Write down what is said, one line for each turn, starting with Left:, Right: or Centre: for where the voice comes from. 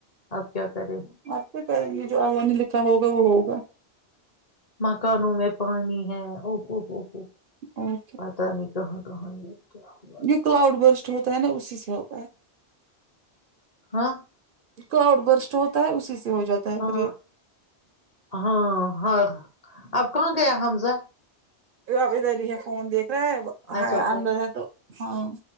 Left: اپ کیا کرے
Right: آپ کے کریں گے جو اللہ نہ لکھا ہوگا وہ ہوگا
Left: مکانوں میں پانی ہے اووو
Right: اور
Left: پتا نہیں کہاں کہاں یہ کیا ہوا
Right: جوی کلاؤڈ برسٹ ہوتا ہے نا اسی سے ہوتا ہے
Left: ہاں
Right: کراؤڈ برسٹ ہوتا ہے اسی سے ہو جاتا ہے
Left: ہاں
Right: پھر
Left: ہاں ہاں اب کہاں گیا حمزہ
Right: اب ادھر ہی ہے فون دیکھ رہا
Left: اچھا
Right: ہے
Left: پو-
Right: اندر ہے تو ہاں